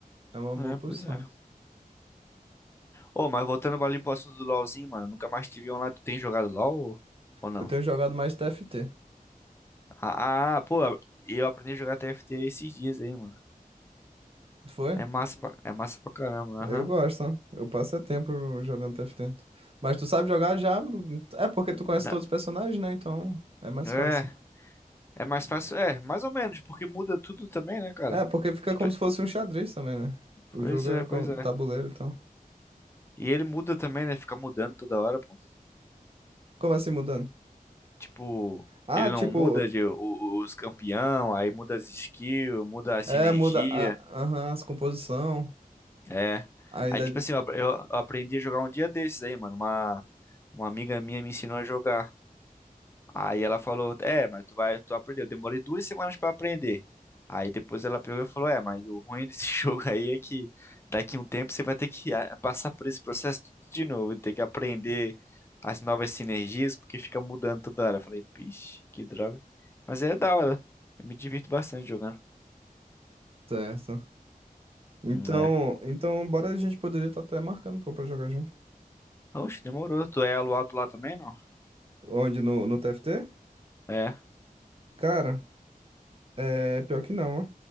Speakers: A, on the right (about 40°); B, on the left (about 15°).
A: é uma boa
B: É,
A: posição.
B: pois é. Ô, mas voltando ali pro assunto do LoLzinho, mano, nunca mais tive online. Tu tem jogado LoL ou ou não?
A: Eu tenho jogado mais TFT.
B: Ah, ah, pô, eu aprendi a jogar TFT esses dias aí, mano.
A: Tu foi?
B: É massa pra, é massa pra caramba,
A: Eu
B: aham.
A: gosto, ó. eu passo é tempo jogando TFT. Mas tu sabe jogar já? É porque tu conhece
B: Na-
A: todos os personagens, né? Então é mais
B: É,
A: fácil.
B: é mais fácil, é, mais ou menos, porque muda tudo também, né, cara?
A: É, porque fica
B: Tipo,
A: como se fosse um xadrez também, né? O
B: pois
A: jogo é
B: é,
A: com
B: pois é.
A: tabuleiro e tal.
B: E ele muda também, né? Fica mudando toda hora, pô.
A: Como assim mudando?
B: Tipo,
A: Ah,
B: ele
A: tipo,
B: não muda de o- os campeão, aí muda as skills, muda a sinergia.
A: é, muda a, aham, as composição.
B: É.
A: Aí
B: Aí,
A: dá-
B: tipo assim, eu, eu aprendi a jogar um dia desses aí, mano. Uma, uma amiga minha me ensinou a jogar. Aí ela falou, é, mas tu vai, tu aprendeu. Eu Demorei duas semanas pra aprender. Aí depois ela pegou e falou, é, mas o ruim desse <laughs> jogo aí é que daqui a um tempo você vai ter que ah, passar por esse processo tudo de novo, ter que aprender as novas sinergias, porque fica mudando toda hora. Eu falei, pixe, que droga. Mas é da hora. Eu me divirto bastante jogando.
A: Certo. Então,
B: Hum, É.
A: então, bora a gente poderia estar até marcando pô, pra jogar junto.
B: Oxe, demorou. Tu é elo alto lá também, não?
A: Onde? No, no TFT?
B: É.
A: Cara, é pior que não, ó.